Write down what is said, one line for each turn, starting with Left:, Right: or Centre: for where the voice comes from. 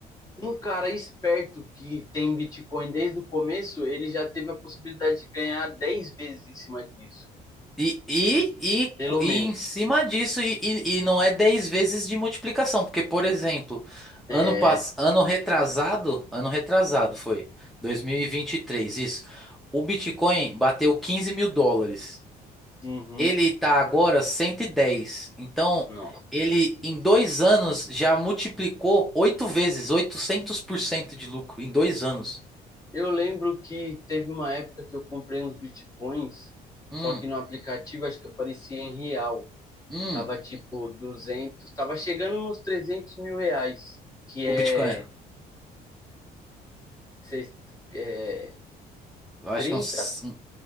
Left: Um cara esperto que tem Bitcoin desde o começo, ele já teve a possibilidade de ganhar 10 vezes em cima disso.
Centre: E, e, e,
Left: Pelo
Centre: cu- e
Left: menos.
Centre: em cima disso, e, e, e não é 10 vezes de multiplicação. Porque, por exemplo,
Left: É.
Centre: ano, pass... ano retrasado, ano retrasado foi 2023, isso. O Bitcoin bateu 15 mil dólares.
Left: Uhum.
Centre: Ele tá agora 110. Então,
Left: Nossa.
Centre: ele em dois anos já multiplicou oito vezes, 800% de lucro em dois anos.
Left: Eu lembro que teve uma época que eu comprei uns bitcoins,
Centre: Hum,
Left: só que no aplicativo acho que aparecia em real.
Centre: hum.
Left: Tava tipo 200, tava chegando nos 300 mil reais, que
Centre: O
Left: é,
Centre: Bitcoin,
Left: seis- é
Centre: eu acho
Left: 30,
Centre: que é uns, um,